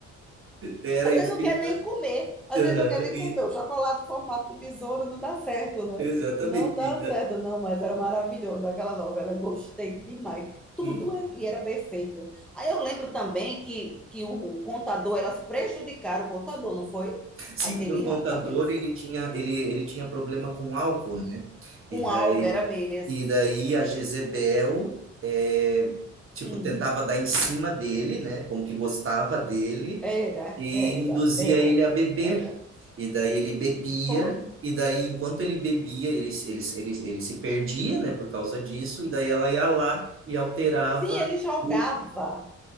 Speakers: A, on the right; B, in the centre.
A: Era
B: A gente
A: isso
B: não
A: que
B: quer
A: ele
B: nem
A: fazia.
B: comer, a
A: Aham,
B: gente não quer nem
A: e-
B: comer. O chocolate em formato de besouro não dá certo, né?
A: exatamente.
B: Não dá
A: E da-
B: certo, não, mas era maravilhoso aquela novela, gostei demais. Tudo
A: hum.
B: ali era perfeito. Aí eu lembro também que, que o contador, elas prejudicaram o contador, não foi?
A: Sim,
B: Aquele,
A: porque o contador
B: rap- aquele
A: ele tinha ele, ele tinha problema com álcool, né? E
B: com
A: daí
B: álcool, era mesmo.
A: e daí a Jezebel é, tipo
B: Hum,
A: tentava dar em cima dele, né? Como que gostava dele
B: era,
A: e
B: era,
A: induzia
B: era,
A: ele a beber.
B: era.
A: E daí ele bebia
B: Foi.
A: e daí enquanto ele bebia ele ele ele, ele se perdia, né? Por causa disso e daí ela ia lá e alterava
B: Sim, ele jogava.
A: o